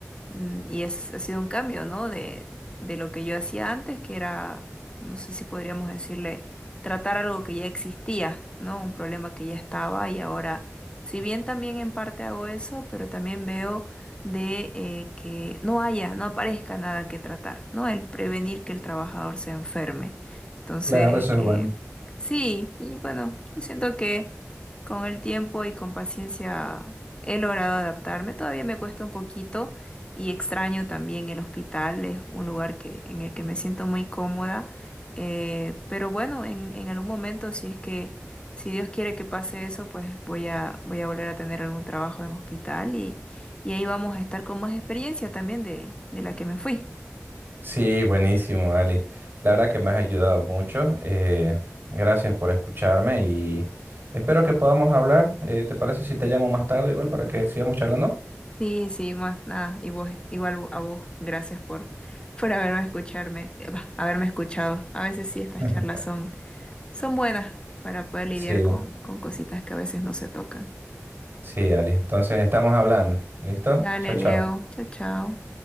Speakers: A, on the left (about 20°); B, on the right (about 50°).
A: Mm, Y es, ha sido un cambio, ¿no? De, de lo que yo hacía antes, que era, no sé si podríamos decirle, tratar algo que ya existía, ¿no? Un problema que ya estaba y ahora, si bien también en parte hago eso, pero también veo de eh, que no haya, no aparezca nada que tratar, ¿no? El prevenir que el trabajador se enferme. Entonces,
B: Claro, eso es
A: eh,
B: bueno.
A: sí, y bueno, yo siento que con el tiempo y con paciencia he logrado adaptarme. Todavía me cuesta un poquito y extraño también el hospital, es un lugar que, en el que me siento muy cómoda. eh, pero bueno, en, en algún momento, si es que, si Dios quiere que pase eso, pues voy a, voy a volver a tener algún trabajo en hospital y, y ahí vamos a estar con más experiencia también de, de la que me fui.
B: Sí, buenísimo, Ali. La verdad que me has ayudado mucho. eh, gracias por escucharme y espero que podamos hablar. Eh, ¿te parece si te llamo más tarde igual para que sigamos charlando?
A: Sí, sí, más nada, y vos, igual a vos, gracias por, por haberme escucharme, eh, bah, haberme escuchado. A veces sí, estas
B: <laughs>
A: charlas son, son buenas para poder lidiar
B: Sí,
A: con, con cositas que a veces no se tocan.
B: Sí, Ali. Entonces estamos hablando. ¿Listo?
A: Dale,
B: Chao, chao.
A: Leo. Chao, chao.